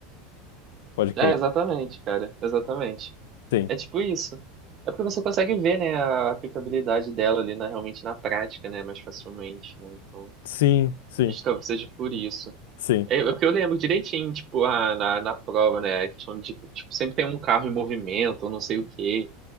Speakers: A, on the left; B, on the right.
A: pode crer.
B: É, exatamente, cara. Exatamente.
A: Sim,
B: É tipo isso. É porque você consegue ver, né, a aplicabilidade dela ali na, realmente na prática, né, mais facilmente, né? Então...
A: sim, sim,
B: Acho que talvez seja por isso.
A: sim,
B: É, é porque eu lembro direitinho, tipo, ah, na, na prova, né? A questão de, tipo, sempre tem um carro em movimento, ou não sei o quê,